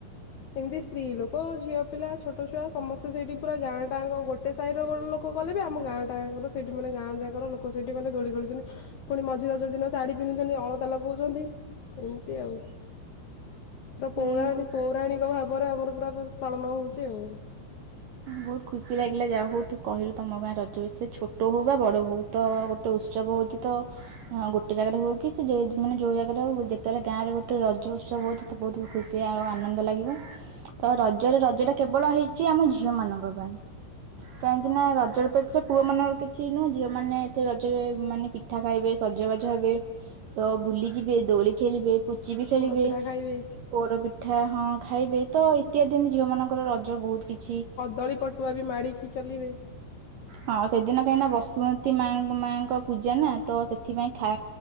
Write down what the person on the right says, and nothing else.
ହୁଁ
ବହୁତ ଖୁସି ଲାଗିଲା ଯାହା ହଉ ତୁ କହିଲୁ ତମ ଗାଁରେ ରଜ ବିଷୟେ ଛୋଟ ହଉ ବା ବଡ ହଉ ତ ଗୋଟେ ଉତ୍ସବ ହଉଛି ତ ଅଁ ଗୋଟେ ଜାଗାରେ ହଉ କି ସେ ଯେ ମାନେ ଯୋଉ ଜାଗାରେ ହଉ ଯେତେବେଳେ ଗାଁରେ ଗୋଟେ ରଜ ଉତ୍ସବ ହଉଛି ତ ବହୁତ ଖୁସି ଆଉ ଆନନ୍ଦ ଲାଗିବ। ତ ରଜରେ ରଜ ଟା କେବଳ ହେଇ ସେ ଆମ ଝିଅ ମାନଙ୍କ ପାଇଁ। କାହିଁକି ନା ରଜରେ ତ ଏଥିରେ ପୁଅ ମାନଙ୍କ କି ଛି ନୁହଁ ଝିଅମାନେ ଏଥିରେ ରଜରେ ମାନେ ପିଠା ଖାଇବେ ସଜବାଜ ହେବେ ତ ଭୁଲିଯିବେ ଦୋଳି ଖେଳିବେ ପୁ ଚି ବି ଖେଳିବେ
ପୋର ପି ପିଠା ହଁ ଖାଇବେ ତ ଇତ୍ୟାଦି ଝିଅମାନଙ୍କର ରଜ ବହୁତ୍ କିଛି
ହଁ ସେଦିନ କାହିଁ ନାଁ ବସୁମତୀ ମା ମାଙ୍କ ପୂଜା ନାଁ ତ ସେଥିପାଇଁ ଖା